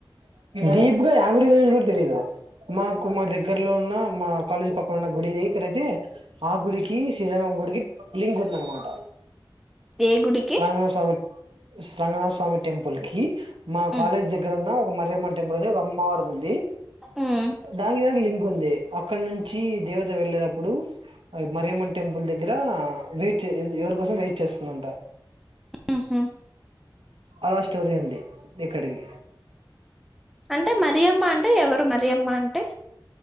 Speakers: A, on the right; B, in the centre.
A: డీప్ గా ఆ గుడి గురించి కూడా తెలీదు మాకు మా దగ్గరలో ఉన్న మా కాలేజీ పక్కన ఉన్న గుడి దగ్గర అయితే ఆ గుడికి శ్రీరామ గుడికి లింక్ ఉందన్నమాట
B: ఏ గుడికి
A: రంగనాథ స్వామి స్ రంగనాథ స్వామి టెంపు పులికి మా
B: ఉమ్
A: కాలేజ్ దగ్గర ఉన్న ఒక మరియమ్మ టెంపుల్ ద ఓక్ మారుతుంది
B: ఉమ్
A: దానికి దా లిం ఉంది అక్కడ నుంచి దేవత వెళ్లే తపుడు మరియమ్మ టెంపుల్ దగ్గర ఆ వెయిట్ చే ఎంద్ ఎవరి కోసం వెయిట్ చేస్తుందంట
B: ఉహ్
A: అలా స్టోరీ ఉంది ఇక్కడికి
B: అంటే మ మరియమ్మ అంటే ఎవరు మరియమ్మ అంటే